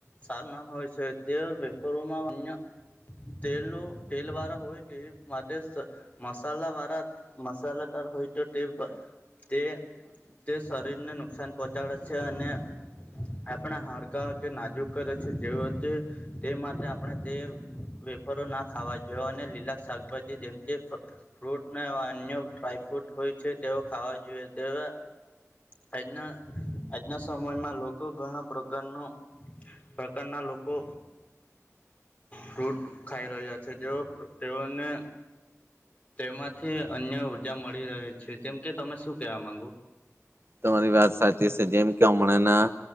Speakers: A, on the left (about 25°); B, on the right (about 45°).
A: સારા ના હોય છે, તેઓ વેફરોમાં અન્ય તેલો તેલ વાળા હોય કે માટે સ મસાલાવાળા મસાલાદાર હોય તો તે પ-તે તે શરીર ને નુકસાન પોચાડે છે અને આપણા હાડકાં કે નાજુક કરે છે, જેઓ તે માટે આપણે તે વેફરો ના ખાવા જોઈએ અને લીલા શાકભાજી જેમ કે ફકત ફ્રૂટ ને અન્ય ડ્રાયફ્રૂટ હોય છે, તેઓ ખાવા જોઈએ દવા આજના આજના સમયમાં લોકો લોકો ઘણા પ્રકારનો પ્રકારના લોકો. ફ્રૂટ ખાઈ રહ્યા છે જેઓ તેઓને તેમાંથી અન્ય ઉર્જા મળી રહે છે જેમ કે તમે શું કેવા માંગો,
B: તમારી વાત સાચી છે જેમ કે હમણાં ના